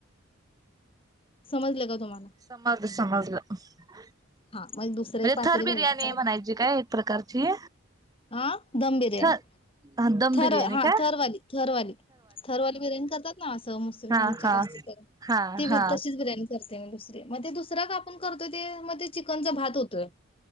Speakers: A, on the left; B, on the right.
A: समजलगा तुम्हाला?
B: समजलं समजलं म्हणजे
A: हा मग दुसरं एक पातेल
B: थर
A: घ्यायचं
B: बिर्याणी
A: त्यात
B: म्हणायची काय एक प्रकारची?
A: हा दम बिर्याणी
B: थ हा दम
A: थर
B: बिर्याणी
A: हा
B: का
A: थरवाली थरवाली थरवाली बिर्याणी करतात ना असं मुसलमांच्यात
B: हा हा
A: असत्यात ते,
B: हा
A: ते
B: हा
A: तशीच बिर्याणी करते मी दुसरी. म ते दुसरका आपण करतोय. ते म ते चिकनचा भात होतोय.